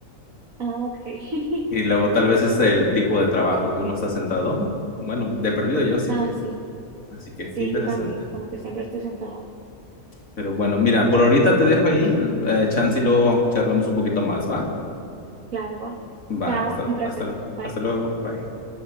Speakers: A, on the right (about 80°); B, on the left (about 80°).
A: Ah, ok. <laughs>
B: Y luego tal vez es el tipo de trabajo que uno está sentado. Bueno, de perdido yo sí.
A: Ah, sí.
B: Así que
A: Sí,
B: qué interesante.
A: yo también, como que siempre estoy sentada.
B: Pero bueno, mira, por ahorita te dejo ahí. Eh, chance y luego charlamos un poquito más, ¿va?
A: Claro, va.
B: Va.
A: Chao,
B: Hasta,
A: un placer.
B: hasta,
A: Bye.
B: hasta luego. Bye.